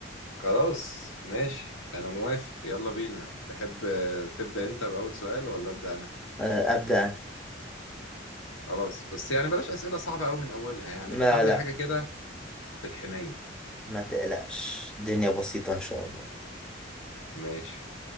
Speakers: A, on the left; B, in the centre.
A: خلاص ماشي انا موافق يلا بينا تحب آه، تبدأ انت بأول سؤال ولا أبدأ انا
B: آه ابدأ انا
A: خلاص بس يعني بلاش أسئلة صعبة قوي من اولها يعني
B: لا
A: اختار لي
B: لا
A: حاجة كده في الحنين
B: ما تقلقش الدنيا بسيطة ان شاء الله
A: ماشي